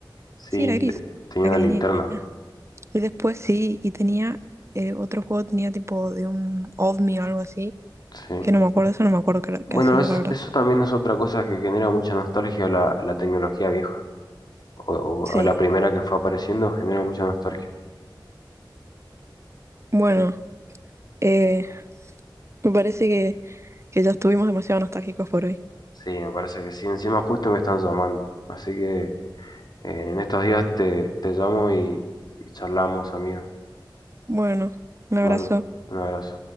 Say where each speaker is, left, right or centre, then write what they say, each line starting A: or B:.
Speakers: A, on the left (about 55°); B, on the right (about 35°).
A: sí,
B: Sí, era gris,
A: te- tenía
B: el
A: una
B: que
A: linterna,
B: tenía. Y después sí, y tenía eh, otro juego, tenía tipo de un OVNI o algo así,
A: sí.
B: que no me acuerdo, eso no me acuerdo qué,
A: Bueno,
B: qué hacía,
A: es,
B: la verdad.
A: eso también es otra cosa que genera mucha nostalgia, la, la tecnología vieja, o, o-
B: Sí,
A: o la primera que fue apareciendo genera mucha nostalgia.
B: bueno, eh, me parece que, que ya estuvimos demasiado nostálgicos por hoy.
A: Sí, me parece que sí, encima justo me están llamando, así que eh, en estos días te, te llamo y, y charlamos, amigo.
B: Bueno, un
A: Te
B: abrazo.
A: mando un abrazo.